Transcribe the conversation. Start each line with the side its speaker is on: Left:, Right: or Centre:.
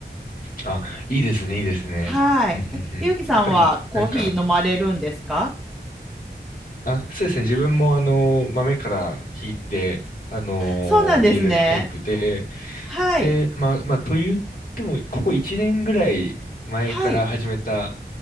Left: あ、いいですね、いいですね。
Centre: はい。
Left: うんうんうん。
Centre: え、ゆうきさんはコーヒー飲まれるんですか
Left: やっぱり、なんか、あ、そうですね。自分もあの、豆からひいて、あの、
Centre: そうなんですね。
Left: 入れるタイプで、
Centre: はい。
Left: で、まあ、まあ、と言っても、ここ1年ぐらい前から始めた、
Centre: はい。